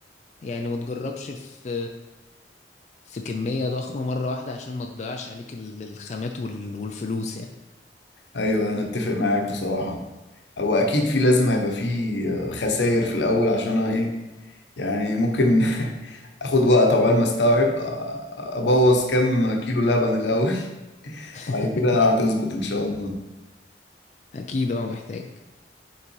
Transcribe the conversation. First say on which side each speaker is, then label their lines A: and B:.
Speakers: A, on the left; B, on the left.
A: يعني ما تجربش في في كمية ضخمة مرة واحدة عشان ما تضيعش عليك ال- الخامات وال- والفلوس يعني
B: ايوه انا اتفق معاك بصراحه هو اكيد في لازم هيبقى في خسائر في الاول عشان أنا ايه يعني ممكن <laughs> اخد وقت عقبال ما استوعب أ- ابوظ كام كيلو لبن الاول <laughs>
A: <laughs>
B: وبعد كده هتظبط ان شاء الله
A: اكيد اه محتاج